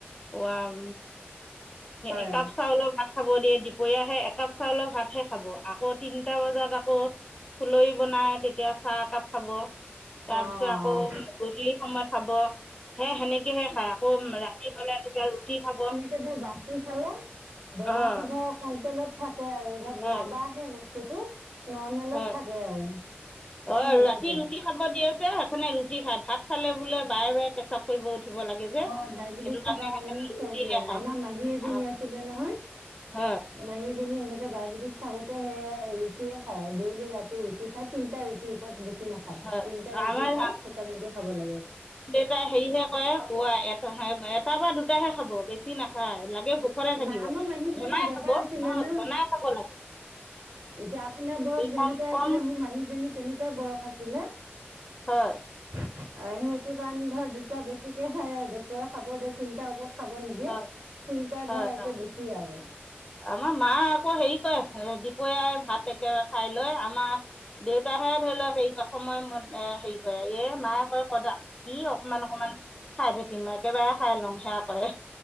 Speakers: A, on the left (about 20°); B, on the right (about 70°).
A: ওৱাম
B: হয়
A: একাপ চাউল ভাত খাব দিয়ে দুপৰীয়াহে একাপ চাউলৰ ভাতহে খাব, আকৌ তিনিটা বজাত আক ফুলই বনাই তেতিয়া চাহ একাপ খাব। তাৰপিছত
B: অ'
A: আকৌ গধূলি সময়ত খাব সে সেনেক কি হে খা আকৌ ৰাতি হ'লে তেতিয়া ৰুটি খাব।
B: সেটো বাচি খালে বেমাৰো
A: অঁ
B: ধৰ কণ্ট্ৰলত থাকে আৰু ধৰ
A: হয়
B: নাবাহে ব স্তুো নৰ্মেলত
A: হয়
B: থাকে আৰু
A: অ
B: এ সেনেকুৱা।
A: ৰাতি ৰুটি খাব দিয়ে যে সেইখনে ৰুটি খাই ভাত খালে বোলে বাৰে বাৰে পেছাপ কৰিব উঠিব লাগে যে
B: অঁ ডায়েবেটিছ
A: সেইটো কাৰণে
B: থকা মানুহ
A: সেকানে
B: চবৰে
A: ৰুটিহে খায়।
B: আমাৰ মাহী এজনী
A: অ।
B: আছিলে নহয়
A: হ
B: মাহীজনী সেনেকে ডায়েবেটিছ থাকোতে সেয়া ৰুটিয়ে খাই ডেইলি ৰাতি ৰুটি খাই তিনিটা ৰুট টিউবত বেছি নাখায়
A: হয়
B: তিনিটাই ৰুটি
A: আমাৰ
B: খাই শুকান ৰুটি খাব লাগে।
A: তে সেইহে হোৱা এ <unintelligible> এটা বা দুটাহে খাব বেছি নাখায় লাগে ভুক ভুকতে থাকিব
B: মা আমাৰ মাহীজনী
A: ঘনাই
B: ডেকা
A: খাব
B: আছিলে
A: নহয়,
B: ন
A: ঘনাই খাব লাগ
B: এতিয়া আপোনাৰ বয়স যেনেকুৱা
A: কম কম
B: আছিলে মোৰ মাহীজনী তেনেকুৱাই বয়স আছিলে।
A: হয়।
B: অ সেইটো কাৰণে ধৰ দুটা বেছিকে খাই আৰু ডক্তৰে খাবৰ দিয়ে তিনটা ওপৰত খাব নিদিয়ে,
A: হয়
B: তিনিটা
A: হয়
B: ধৰ
A: হয়
B: একে বেছি আৰু।
A: আমাৰ মা আকৌ হেৰি কয় দুপৰীয়াই ভাত একে খাই লৈ আমা দেউতাহে ধৰি ল হেৰি কয় এ সময় এ হেৰি কয় এ মায়ে কয় কদাক কি অকমান অকমান খাই থাকিম একেবাৰে খাই লওঁ সেয়াক কৰে